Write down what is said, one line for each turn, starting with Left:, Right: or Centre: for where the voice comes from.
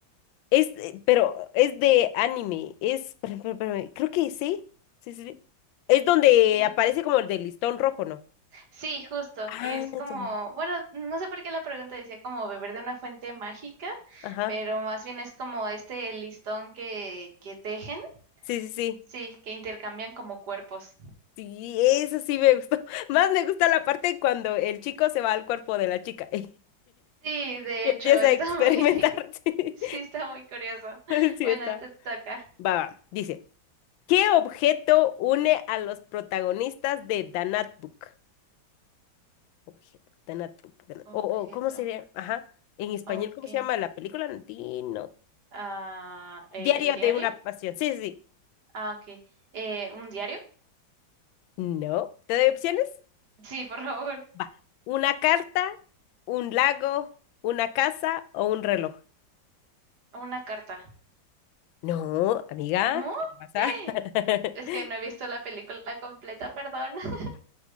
Left: Es, eh, pero es de anime. Es, espérame, espérame, espérame, creo que sí. Sí, sí, sí. Es donde
Right: Sí,
Left: aparece como el de listón rojo, ¿no?
Right: sí, justo.
Left: Ah,
Right: Es
Left: ya.
Right: como, bueno, no sé por qué la pregunta decía como beber de una fuente mágica,
Left: Ajá.
Right: pero más bien es como este listón que, que tejen,
Left: Sí, sí, sí.
Right: sí, que intercambian como cuerpos.
Left: Sí, eso sí me gustó. <laughs> Más me gusta la parte cuando el chico se va al cuerpo de la chica. <laughs>
Right: Sí, de
Left: Y empieza
Right: hecho, está
Left: a experimentar.
Right: muy, <laughs>
Left: <laughs> Sí,
Right: sí, está muy curioso.
Left: <laughs> Sí,
Right: Bueno,
Left: está.
Right: te toca.
Left: Va, va. Dice, ¿qué objeto une a los protagonistas de The Notebook? Objeto, The Notebook. The Not-
Right: Objeto.
Left: O, o, ¿cómo sería? Ajá. En español,
Right: Ok.
Left: ¿cómo se llama la película? Di- No.
Right: Ah, ¿el
Left: Diario
Right: diario?
Left: de una pasión. Sí, sí. sí.
Right: Ah, ok. Eh, ¿un diario?
Left: No. ¿Te doy opciones?
Right: Sí, por favor.
Left: Va. ¿Una carta, un lago, una casa o un reloj?
Right: Una carta.
Left: No, amiga,
Right: ¿No?
Left: ¿qué
Right: <gasps>
Left: te pasa?
Right: <laughs>
Left: <laughs>
Right: Es que no he visto la película completa, perdón. <laughs>